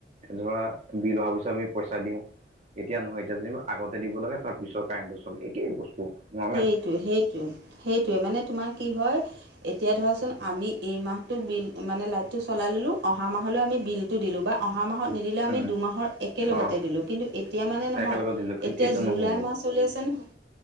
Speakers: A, on the right; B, on the right.
A: ধৰা বিল অহাৰ পিছত আমি পইচা দিওঁ। এতিয়া নহয়, এতিয়া যেনিবা আগতে দিব লাগে তাৰ পিছত কাৰেণ্টটো চলে একেই বস্তু। নৰ্মেল
B: সেইটোৱে-সেইটোৱে-সেইটোৱে মানে তোমাৰ কি হয় এতিয়া ধৰাচোন আমি এই মাহটো বিল মানে লাইটটো চলাই ল'লোঁ অহা মাহলৈ আমি বিলটো দিলোঁ। বা অহা মাহত নিদিলে আমি
A: উম
B: দুমাহৰ একেলগতে
A: অ
B: দিলোঁ। কিন্তু এতিয়া মানে নহয়
A: একেলগত দিলো কিন্তু
B: এতিয়া
A: এইটো
B: জুলাই
A: নহ'ব
B: মাহ চলি আছে নহয়,